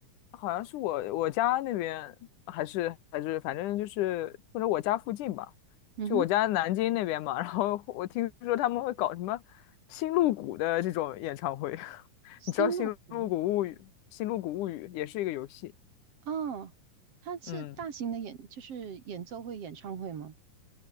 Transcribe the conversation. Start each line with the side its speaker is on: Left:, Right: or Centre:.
Left: 好像是我我家那边，还是还是反正就是或者我家附近吧，
Right: 嗯哼，
Left: 就我家南京那边嘛。<laughs> 然后我听说他们会搞什么新露谷的这种演唱会，<laughs>
Right: 新露谷
Left: 你知道《新露谷物语》《新露谷物语》也是一个游戏，
Right: 哦，他是大型的演，
Left: 嗯，
Right: 就是演奏会、演唱会吗？